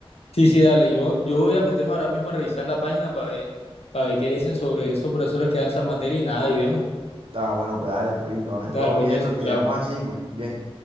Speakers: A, on the left (about 75°); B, on the right (about 60°).
A: Sí, sí, dale. Yo, yo voy a meterme ahora mismo a revisar la página para ver, para ver qué dicen sobre esos profesores que dan esa materia y nada, y vemos.
B: Ah, bueno, pues dale, pues, entonces
A: Dale,
B: todo
A: pues
B: bien,
A: Jason,
B: lo que
A: chao.
B: quedamos así, pues, bien.